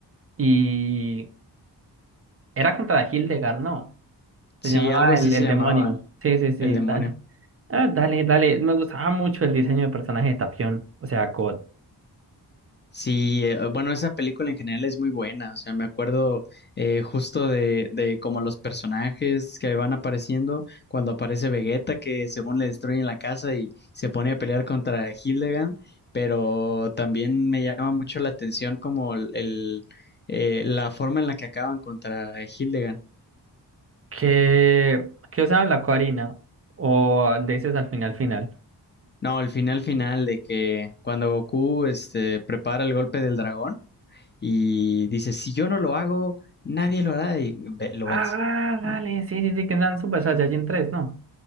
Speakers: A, on the right; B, on the left.
A: Y era contra Hildegard, ¿no?
B: Sí,
A: Se llamaba
B: algo así
A: el,
B: se
A: el
B: llamaba
A: demonio.
B: el
A: Sí, sí, sí,
B: el demonio.
A: dale. Ah, dale, dale. Me gustaba mucho el diseño de personaje de Tapión. O sea, God.
B: Sí, eh, bueno, esa película en general es muy buena, o sea, me acuerdo eh, justo de, de como los personajes que van apareciendo, cuando aparece Vegeta que según le destruyen la casa y se pone a pelear contra Hildegard, pero también me llama mucho la atención como el, el, eh, la forma en la que acaban contra Hildegard.
A: Que, que usaban la Coarina. O le dices al final, final.
B: No, el final final de que cuando Goku este, prepara el golpe del dragón y dice, si yo no lo hago, nadie lo hará y ve- lo
A: Ah,
B: vence,
A: dale,
B: ¿no?
A: sí, sí, sí, que eran Super Saiyajin tres ¿no?